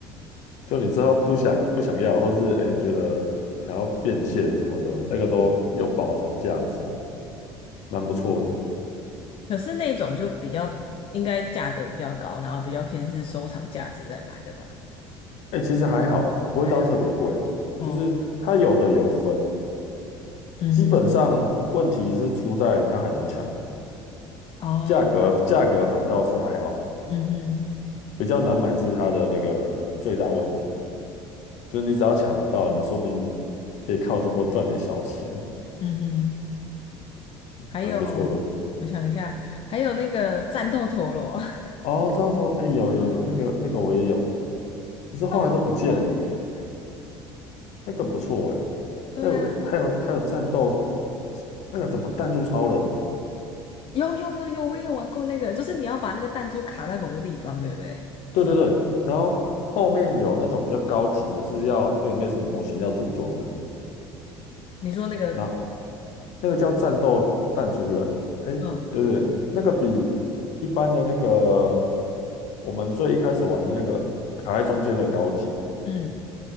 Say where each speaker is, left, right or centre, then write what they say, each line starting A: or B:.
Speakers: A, on the left; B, on the left.
A: 就你之后不想不想要，或是哎、诶你觉得想要变现什么的，那个都有保存价值，蛮不错的。
B: 可是那种就比较应该价格比较高，然后比较偏是收藏价值在买的吧？
A: 哎、其实还好哎、不会到特别贵，
B: 还好哦，
A: 就是它有的有分，
B: 嗯哼，
A: 基本上问题是出在它很难抢，
B: 哦，
A: 价格价格反倒是还好，
B: 嗯哼，
A: 比较难买是它的那个最大问题，就是你只要抢得到呢，说不定可以靠这波赚点小钱，
B: 嗯哼，还有，
A: 蛮不错的哦。
B: 我想一下，还有那个战斗陀螺，<laughs>
A: 哦，这样说，哎、有有有，那个那个我也有，只是后来都不见了。
B: 超多玩那个。
A: 那个不错诶，
B: 对啊，
A: 还有还有还有战斗，那个怎么弹珠超人？
B: 有有有有，我也有玩过那个，就是你要把那个弹珠卡在某个地方，对不对？
A: 对对对，
B: 是吗？
A: 然后后面有那种比较高级的，是要有类似模型要组装的，
B: 你说那个，
A: 那那个叫战斗弹珠人，哎，
B: 嗯，
A: 对对，那个比一般的那个我们最一开始玩的那个卡在中间的高级，
B: 嗯。